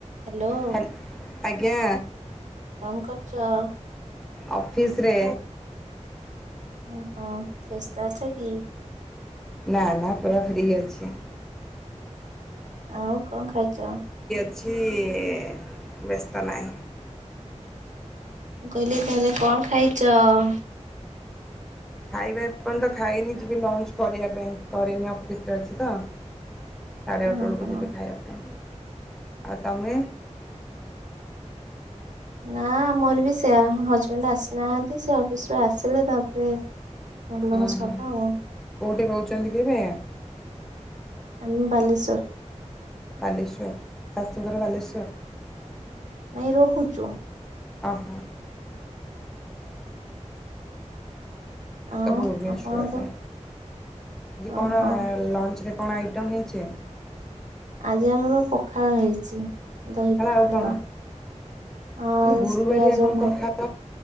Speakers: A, on the right; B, in the centre.
A: Hello.
B: Hello ଆଜ୍ଞା।
A: କଣ କରୁଛ?
B: ଅଫିସ ରେ।
A: ଓହୋ ବ୍ୟସ୍ତ ଅଛ କି?
B: ନା ନା ପୁରା ଫ୍ରି ଅଛି।
A: ଆଉ କଣ ଖାଇଛ?
B: କିଛିଇଇ ବ୍ୟସ୍ତ ନାହିଁ।
A: ମୁଁ କହିଲି ତାହଲେ କଣ ଖାଇଛଅଅ?
B: ଖାଇବା ଏପର୍ଯ୍ୟନ୍ତ ଖାଇନି ଯିବି ଲଞ୍ଚ୍ କରିବା ପାଇଁ କରିନି ଅଫିସରେ ଅଛି ତ। ସାଢେ
A: ଓହୋ।
B: ଆଠଟା ବେଳକୁ ଯିବି ଖାଇବା ପାଇଁ। ଆଉ ତମେ?
A: ନା ଆମର ବି ସେଇଆ ହଜବେଣ୍ଡ ଆସିନାହାନ୍ତି ସେ ଅଫିସରୁ ଆସିଲେ ତାପରେ ଲଞ୍ଚ
B: ହୁଁ ହୁଁ
A: ହବ ଆଉ
B: କୋଉଠି ରହୁ <unintelligible> ଏବେ?
A: ଆମେ ବାଲେଶ୍ଵର।
B: ବାଲେଶ୍ଵର ଶାଶୁଘର ବାଲେଶ୍ବର?
A: ନାଇଁ ରହୁଛୁ।
B: ଓହୋଃ।
A: ଆଉ
B: ତ ଭୁବନେଶ୍ଵରରେ
A: ଆପଣଙ୍କ
B: ଯେ କଣ
A: ଓହୋ
B: ଲଞ୍ଚରେ? କଣ ଆଇଟମ୍ ହେଇଛି?
A: ଆଜି ଆମର ପଖାଳ ହେଇଛି। ଦହି ପଖାଳ
B: ଆଉ କଣ? ଏମିତି
A: ଆଁସ୍
B: ଗୁରୁବାରିଆ
A: ପିଆଜ
B: କଣ
A: ଭଜା।
B: ପଖାଳ